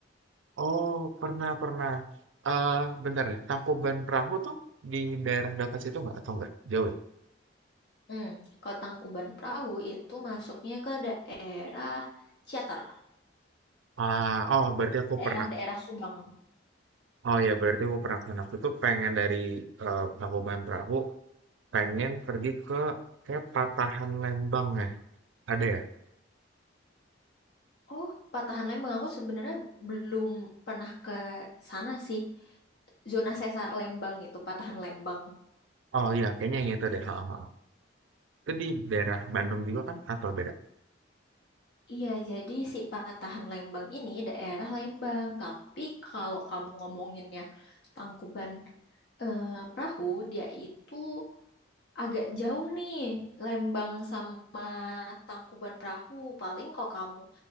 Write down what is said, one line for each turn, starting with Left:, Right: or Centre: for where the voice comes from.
Right: oh, pernah pernah. Eh, bentar deh. Tangkuban Perahu tuh di daerah dekat situ nggak atau nggak jauh ya?
Left: Hmm, kalau Tangkuban Perahu itu masuknya ke daerah Ciater,
Right: Ah, oh berarti aku
Left: daerah-daerah
Right: pernah.
Left: Subang.
Right: Oh ya berarti aku pernah kesana waktu itu pengen dari eh, Tangkuban Perahu pengen pergi ke kayak Patahan Lembang ya. Ada ya?
Left: Oh, patahan Lembang aku sebenarnya belum pernah ke sana sih. Zona sesar Lembang itu patahan Lembang.
Right: Oh iya kayaknya yang itu deh. Ha, ha, ha. Itu di daerah Bandung juga kan atau beda?
Left: Iya, jadi si patahan Lembang ini daerah Lembang. Tapi kalau kamu ngomonginnya Tangkuban eh, perahu dia itu agak jauh nih Lembang sama Tangkuban Perahu paling kalau kamu